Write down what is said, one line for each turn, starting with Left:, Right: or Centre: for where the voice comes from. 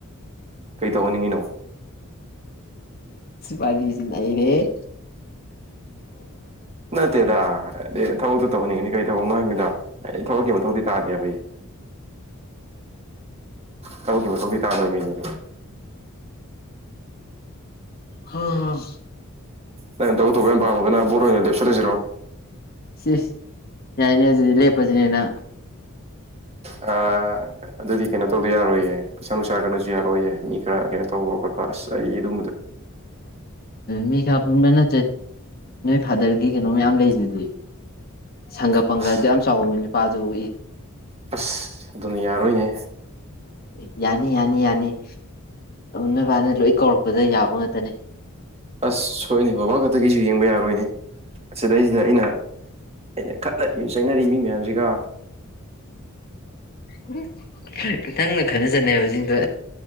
Right: ꯀꯩ ꯇꯧꯍꯟꯅꯤꯡꯉꯤꯅꯣ
Left: ꯄꯗꯤꯁꯤꯏꯔꯦ
Right: ꯅꯠꯇꯦꯗꯥ ꯑꯗ ꯊꯕꯛꯇꯣ ꯇꯧꯍꯟꯅꯤꯡꯉꯤꯅꯤ ꯀꯩ ꯊꯕꯛꯅꯣ ꯍꯥꯏꯔꯝꯃꯤꯗꯣ ꯑꯩ ꯊꯕꯛꯀꯤ ꯃꯊꯧꯗꯤꯤ ꯇꯥꯗꯦ ꯍꯥꯏꯕ ꯊꯕꯛꯀꯤ ꯃꯊꯧꯗꯤꯤ ꯇꯥꯗꯕ ꯃꯤꯅꯦꯕ
Left: ꯍꯝ
Right: ꯅ ꯇꯕꯨ ꯇꯒꯒ ꯕꯣꯦ ꯆꯠꯂꯁꯤꯔꯣ
Left: ꯁꯤ ꯌꯥꯅꯦ ꯑꯗꯨꯗꯤ ꯂꯦꯞꯄꯁꯤꯅꯦꯅ
Right: ꯑ ꯑꯗꯨꯗꯤ ꯀꯩꯅꯣ ꯇꯧꯗ ꯌꯥꯔꯣꯏꯌꯦ ꯄꯩꯁꯥ ꯅꯨꯡꯁꯥ ꯀꯅꯁꯨ ꯌꯥꯔꯣꯏꯌꯦ ꯃꯤ ꯈꯔ ꯀꯩꯅꯣ ꯇꯧꯕ ꯈꯣꯠꯄ ꯑꯁ ꯑꯩꯒꯤ ꯑꯗꯨ
Left: ꯃꯤ ꯀꯄꯅ ꯐꯥꯗꯔꯒꯤ ꯀꯩꯅꯣ ꯃꯌꯥꯝ ꯂꯩꯁꯤꯗꯤ ꯁꯪꯒ ꯄꯪꯒꯗꯤ
Right: ꯑꯁ
Left: ꯌꯥꯝ ꯆꯥꯎꯕꯅꯤꯅ ꯄꯥꯗꯨꯏ
Right: ꯑꯁ ꯑꯗꯨꯅ ꯌꯥꯔꯣꯏꯅꯦ
Left: ꯌꯥꯅꯤ ꯌꯥꯅꯤ ꯌꯥꯅꯤ ꯅꯣꯏꯕꯥꯅ ꯂꯣꯏ ꯀꯧꯔꯛꯄꯗ ꯌꯥꯕ ꯉꯥꯛꯇꯅꯦ
Right: ꯑꯁ ꯁꯣꯏꯅꯦ ꯕꯕꯥ ꯈꯛꯇꯒꯤꯁꯨ ꯌꯦꯡꯕ ꯌꯥꯔꯣꯏꯅꯦ ꯑꯁꯤꯗꯩꯁꯤꯗ ꯑꯩꯅ ꯑꯩꯅ ꯈꯠꯂ ꯆꯩꯅꯔꯤꯕ ꯃꯤ ꯃꯌꯥꯝꯁꯤꯒ
Left: ꯎ <unintelligible> ꯈꯤꯇꯪꯅ ꯈꯠꯅ ꯆꯠꯅꯩꯕꯁꯤꯡꯗꯣ